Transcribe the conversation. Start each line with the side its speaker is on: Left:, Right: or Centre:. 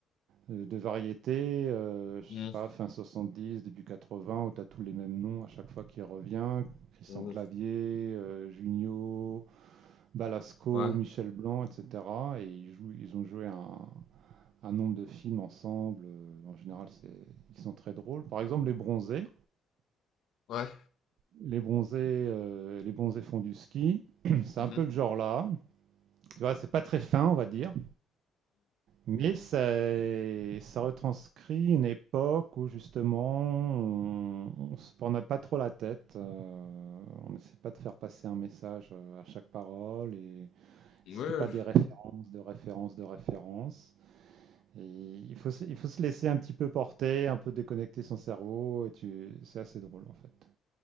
Right: euh, de variété, euh, je
Left: Mm.
Right: sais pas, fin 70, début 80, où tu as tous les mêmes noms à chaque fois qu'il revient. Christian
Left: Mm.
Right: Clavier, euh, Junio, Balasco,
Left: Ouais.
Right: Michel Blanc, etc. Et ils jouent, ils ont joué un, un nombre de films ensemble. Euh, en général, c'est- ils sont très drôles. Par exemple, Les Bronzés.
Left: Ouais.
Right: Les Bronzés, euh, les Bronzés font du ski. <clears throat> C'est
Left: Mhm.
Right: un peu le genre là. Tu vois, c'est pas très fin, on va dire, mais ça, ça retranscrit une époque où justement on, on se prenait pas trop la tête. euh, on n'essayait pas de faire passer un message euh, à chaque parole et
Left: Mm.
Right: c'était
Left: Ouais.
Right: pas des références, de références, de références. Et il faut, se- il faut se laisser un petit peu porter, un peu déconnecter son cerveau, et tu... c'est assez drôle en fait.